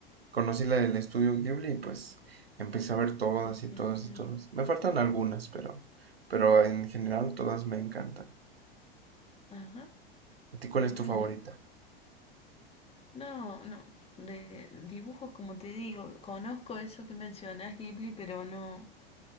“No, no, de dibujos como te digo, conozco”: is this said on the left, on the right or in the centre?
Left